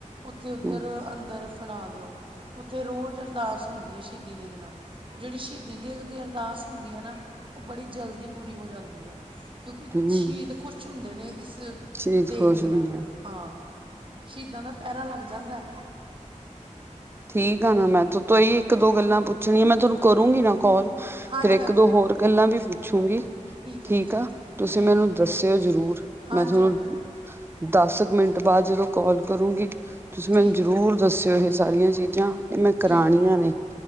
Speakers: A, on the right; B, on the right.
A: ਉੱਥੇ, ਉੱਧਰ
B: ਹੂੰ
A: ਅੰਦਰ ਫੜਾ ਦਿਓ, ਔਥੇ ਰੋਜ਼ ਅਰਦਾਸ ਹੁੰਦੀ ਏ, ਸ਼ਹੀਦੀ ਦੇਗ ਨਾ ਜਿਹੜੀ ਸ਼ਹੀਦੀ ਦੇਗ ਦੀ, ਅਰਦਾਸ ਹੁੰਦੀ ਐ ਨਾ, ਔ ਬੜੀ ਜਲਦੀ ਪੂਰੀ ਹੋ ਜਾਂਦੀ ਐ ਕਿਉਂਕਿ, ਸ਼ਹੀਦ
B: ਹੂੰ
A: ਖੁਸ਼ ਹੁੰਦੇ ਨੇ, ਇਸ
B: ਸ਼ਰੀਰ
A: ਦੇਗ
B: ਖੁਸ਼
A: ਦੇ
B: ਹੁੰਦਾ
A: ਨਾਲ, ਹਾਂ ਸ਼ਹੀਦਾਂ ਦਾ ਪੈਰਾ ਲੱਗ ਜਾਂਦਾ ਐ
B: ਠੀਕ ਆ ਨਾ ਮੈਂ, ਇੱਕ-ਦੋ ਗੱਲਾਂ ਪੁੱਛਣੀਆਂ ਮੈਂ ਤੋਨੂੰ, ਕਰੂੰਗੀ ਨਾ ਕੋਲ,
A: ਹਾਂਜੀ
B: ਫੇਰ ਇੱਕ-ਦੋ
A: ਹਾਂਜੀ
B: ਹੋਰ ਗੱਲਾਂ ਵੀ, ਪੁੱਛੂਗੀ
A: ਹੈ
B: ਠੀਕ
A: ਜੀ
B: ਆ,
A: ਹੈ
B: ਤੁਸੀਂ
A: ਠੀਕ
B: ਮੈਨੂੰ
A: ਹੈ ਜੀ,
B: ਦੱਸਿਓ ਜ਼ਰੂਰ,
A: ਹਾਂਜੀ
B: ਮੈਂ ਥੋਨੂੰ?
A: ਹਾਂਜੀ
B: ਦਸ ਕੁ ਮਿੰਟ ਬਾਅਦ ਜਦੋਂ ਕਾਲ ਕਰੂਗੀ, ਤੁਸੀਂ
A: ਠੀਕ
B: ਮੈਨੂੰ ਜ਼ਰੂਰ
A: ਹੈ
B: ਦੱਸਿਉ ਏਹ ਸਾਰੀਆਂ ਚੀਜ਼ਾਂ, ਮੈਂ
A: ਠੀਕ
B: ਕਰਾਣੀਆਂ
A: ਹੈ ਦੀ
B: ਨੇ,